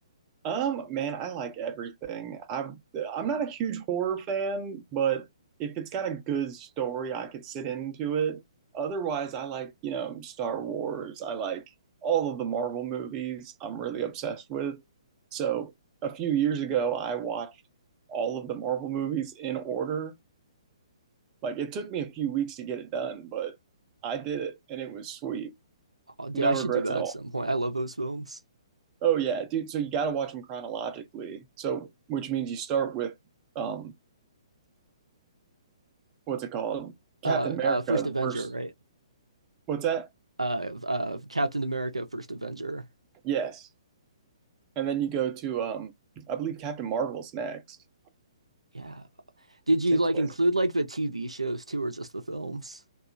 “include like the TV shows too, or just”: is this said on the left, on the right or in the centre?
Right